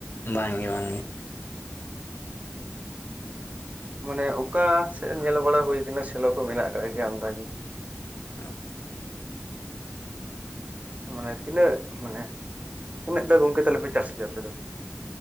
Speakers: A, on the left; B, on the right.
A: ᱵᱟᱝ ᱜᱮ ᱵᱟᱝ ᱜᱮ ᱾
B: ᱢᱟᱱᱮ ᱚᱠᱟ ᱥᱮᱫ ᱧᱮᱞ ᱵᱟᱲᱟ ᱦᱳᱭ ᱠᱟᱱᱟ ᱥᱮᱞᱚ ᱠᱚ ᱢᱮᱱᱟᱜ ᱟᱠᱟᱫ ᱜᱮᱭᱟ ᱟᱢᱫᱟ ᱜᱮ?
A: ᱟᱸᱻ
B: ᱢᱟᱱᱮ ᱛᱤᱱᱟᱹᱜ ᱢᱟᱱᱮ ᱩᱱᱟᱹᱜ ᱫᱚ ᱜᱚᱝᱠᱮ ᱛᱟᱞᱮ ᱯᱮ ᱪᱟᱥ ᱜᱮᱭᱟ ᱟᱯᱮ ᱫᱚ?